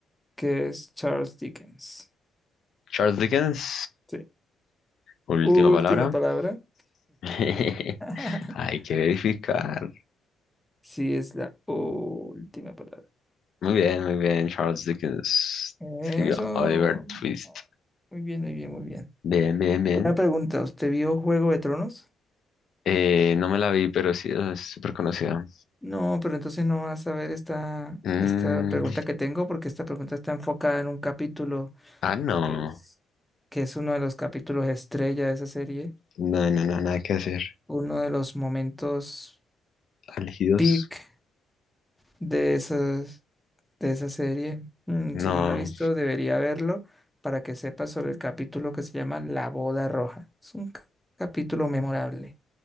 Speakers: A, in the centre; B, on the left.
A: que es Charles Dickens.
B: Charles Dickens.
A: sí
B: Última
A: Última
B: palabra.
A: palabra.
B: <laughs>
A: <laughs>
B: Hay que verificar.
A: Sí, es la última palabra.
B: Muy bien, muy bien. Charles Dickens
A: Eso.
B: escribió Oliver Twist.
A: Muy bien, muy bien, muy bien.
B: Bien, bien, bien.
A: Una pregunta, ¿usted vio Juego de Tronos?
B: Eh, no me la vi, pero sí es súper conocida.
A: No, pero entonces no vas a ver esta,
B: Mm,
A: esta pregunta que tengo porque esta pregunta está enfocada en un capítulo
B: ah, no.
A: que es, que es uno de los capítulos estrella de esa serie,
B: No, no, no, nada que hacer.
A: uno de los momentos
B: Elegidos.
A: peak de esas. de esa serie. Mm,
B: No.
A: si no la ha visto, debería verlo para que sepa sobre el capítulo que se llama La Boda Roja. Es un ca- capítulo memorable,